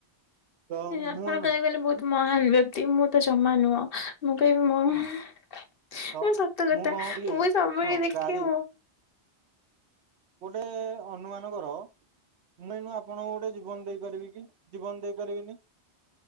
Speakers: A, on the right (about 80°); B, on the left (about 60°).
A: ତ
B: ଆପଣ
A: ମୁଁ ଏଣ
B: କହିବାକୁ ଗଲେ ବହୁତ୍ ମହାନ ବ୍ୟକ୍ତି ମୁଁ ତ ଜମା ନୁହଁ। ମୁଁ କହିବି ମୋ
A: ହଁ
B: ମ
A: ତ
B: ସତ କଥା
A: କଣ
B: ମୁଁ
A: କଲି
B: ବି ସବୁବେଳେ
A: ହଁ
B: ଦେଖିବି
A: ଗାଡି
B: ମୁଁ
A: ଗୋଟେ ଅନୁମାନ କର ମୁଁ ଏଇନେ ଆପଣଙ୍କୁ ଗୋଟେ ଜୀବନ ଦେଇପାରିବି କି, ଜୀବନ ଦେଇପାରିବିନି।